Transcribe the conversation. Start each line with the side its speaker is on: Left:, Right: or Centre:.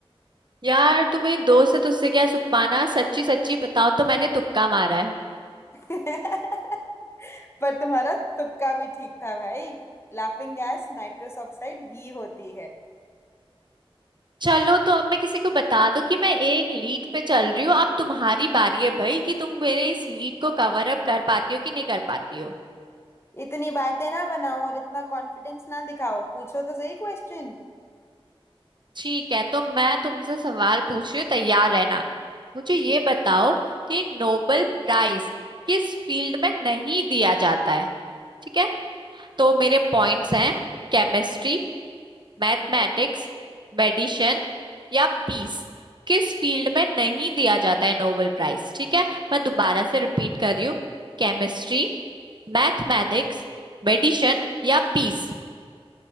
Right: यार तू मेरी दोस्त है तो उससे क्या सुपाना सच्ची सच्ची बताओ तो मैंने तुक्का मारा है
Left: <laughs> पर तुम्हारा तुक्का भी ठीक था भाई लाफिंग गैस नाइट्रस ऑक्साइड ही होती है
Right: चलो तो अब मैं किसी को बता दूं कि मैं एक लीड पे चल रही हूँ अब तुम्हारी बारी है भाई कि तुम मेरे इस लीड को कवर अप कर पाती हो कि नहीं कर पाती हो
Left: इतनी बातें ना बनाओ और इतना कॉन्फिडेंस ना दिखाओ पूछो तो सही क्वेश्चन
Right: ठीक है तो मैं तुमसे सवाल पूछ रही हूँ तैयार रहना मुझे ये
Left: ठीक
Right: बताओ
Left: है
Right: कि नोबेल प्राइज किस फील्ड में नहीं दिया जाता है ठीक है तो मेरे पॉइंट्स
Left: हाँ
Right: हैं केमिस्ट्री मैथमेटिक्स
Left: हाँ,
Right: मेडिसिन या पीस किस फील्ड में नहीं दिया जाता है नोबेल प्राइज ठीक है मैं दोबारा से रिपीट कर रही हूँ केमिस्ट्री मैथमेटिक्स मेडिसिन या पीस